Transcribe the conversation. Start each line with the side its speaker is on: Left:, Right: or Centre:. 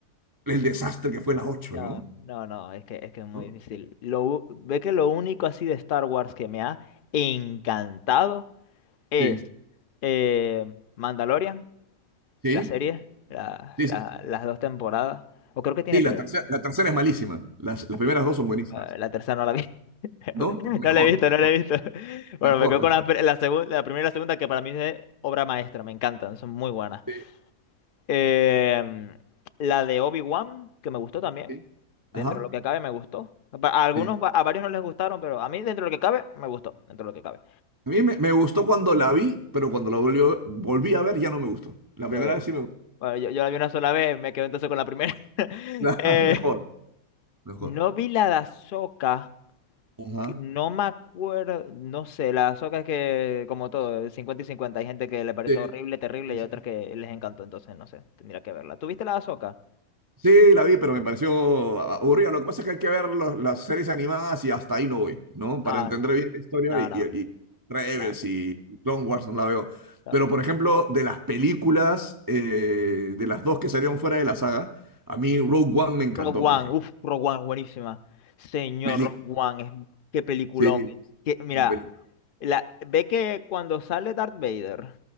Right: el desastre que fue la ocho
Left: no,
Right: ¿no?
Left: no, no, es que, es que es muy
Right: ¿No?
Left: difícil. Lo, u- ve que lo único así de Star Wars que me ha encantado es
Right: Sí,
Left: eh, Mandalorian,
Right: sí,
Left: la serie, la-
Right: sí,
Left: la-
Right: sí.
Left: las dos temporadas, o creo que tiene
Right: Sí,
Left: tres.
Right: la tercera, la tercera es malísima. Las, las primeras
Left: sí.
Right: dos son buenísimas,
Left: Ah, la tercera no la vi. <laughs>
Right: ¿no? Mejor,
Left: No la he visto,
Right: mejor,
Left: no la he visto. <laughs> Bueno,
Right: mejor,
Left: me quedo
Right: mejor.
Left: con la, pre- la segunda, la primera y la segunda que para mí es obra maestra, me encantan, son muy buenas.
Right: Sí,
Left: Eh, la de Obi-Wan, que me gustó también.
Right: sí.
Left: Dentro
Right: Ajá,
Left: de lo que cabe, me gustó. A a algunos,
Right: sí.
Left: va- a varios no les gustaron, pero a mí, dentro de lo que cabe, me gustó. Dentro de lo que cabe.
Right: A mí me, me gustó cuando la vi, pero cuando la volvió- volví a ver ya no me gustó. La
Left: Eh,
Right: primera vez sí me gustó.
Left: bueno, yo, yo la vi una sola vez, me quedé entonces con la primera. <laughs>
Right: <laughs>
Left: Eh,
Right: Mejor, mejor.
Left: no vi la de Ahsoka,
Right: Ajá.
Left: que no me acuerdo, no sé, la de Ahsoka es que, como todo, 50 y cincuenta Hay gente que le pareció
Right: Sí,
Left: horrible, terrible,
Right: sí,
Left: y
Right: sí,
Left: hay otras
Right: sí.
Left: que les encantó, entonces no sé, tendría que verla. ¿Tuviste la de Ahsoka?
Right: Sí, la vi, pero me pareció aburrida. Lo que pasa es que hay que ver los- las series animadas y hasta ahí no voy, ¿no? Para
Left: Ah,
Right: entender
Left: no,
Right: bien la historia
Left: no,
Right: y,
Left: no,
Right: y- y Rebels
Left: no, no.
Right: y, y Clone Wars no la veo.
Left: no.
Right: Pero, por ejemplo, de las películas, eh, de las dos que salieron fuera de la saga, a mí Rogue One me encantó,
Left: Rogue One,
Right: por ejemplo.
Left: uff, Rogue One es buenísima. Señor,
Right: Pelic-
Left: Rogue One, es, qué peliculón.
Right: Sí,
Left: Que, mira,
Right: película.
Left: la, ve que cuando sale Darth Vader,